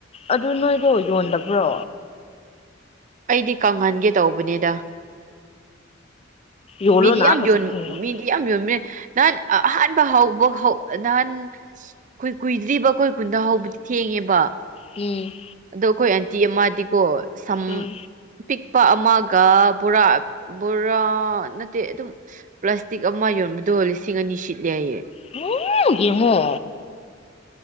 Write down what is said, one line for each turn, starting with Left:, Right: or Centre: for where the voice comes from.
Left: ꯑꯗꯨ ꯅꯣꯏꯗꯣ ꯌꯣꯟꯗꯕ꯭ꯔꯣ
Right: ꯑꯩꯗꯤ ꯀꯪꯍꯟꯒꯦ ꯇꯧꯕꯅꯦꯗ꯫
Left: ꯌꯣꯜꯂꯣꯅ
Right: ꯃꯤꯗꯤ ꯌꯥꯝ
Left: ꯄꯩꯁꯥ
Right: ꯌꯣꯟ
Left: ꯐꯪꯒꯅꯤ
Right: ꯃꯤꯗꯤ ꯌꯥꯝ ꯌꯣꯝꯃꯦ ꯅꯍꯥꯟ ꯑ‌ ꯑꯍꯥꯟꯕ ꯍꯧꯕ ꯍꯧ ꯅꯍꯥꯟ ꯈꯣꯏ ꯀꯨꯏꯗ꯭ꯔꯤꯕ ꯑꯩꯈꯣꯏ ꯀꯨꯟꯗ ꯍꯧꯕꯗꯤ ꯊꯦꯡꯉꯦꯕ
Left: ꯎꯝ
Right: ꯑꯗꯣ ꯑꯩꯈꯣꯏ ꯑꯟꯇꯤ ꯑꯃꯗꯤꯀꯣ ꯁꯝ
Left: ꯎꯝ
Right: ꯑꯄꯤꯛꯄ ꯑꯃꯒ ꯕꯣꯔꯥ ꯕꯣꯔꯥ ꯅꯠꯇꯦ ꯑꯗꯨꯝ ꯄ꯭ꯂꯥꯁꯇꯤꯛ ꯑꯃ ꯌꯣꯟꯕꯗꯣ ꯂꯤꯁꯤꯡ ꯑꯅꯤ ꯁꯤꯠꯂꯦꯌꯦ꯫
Left: <unintelligible> ꯌꯦꯡꯉꯣ